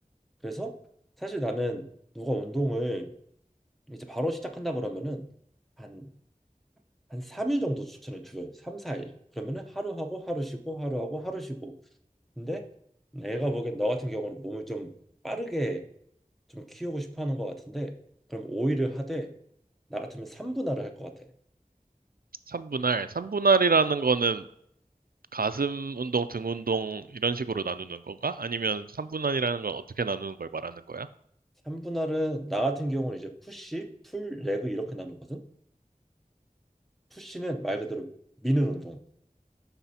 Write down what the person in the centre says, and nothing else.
그래서 사실 나는 누가 운동을 이제 바로 시작한다 그러면은 한 한 3일 정도 추천을 줘요. 3, 4일. 그러면은 하루 하고 하루 쉬고 하루 하고 하루 쉬고 근데 애가 보기엔 너 같은 경우는 몸을 좀 빠르게 좀 키우고 싶어 하는 것 같은데 그럼 5일을 하되 나 같으면 3분할을 할 것 같아.
3분할은 나 같은 경우는 이제 푸시, 풀, 레그 이렇게 나누거든. 푸시는 말 그대로 미는 운동.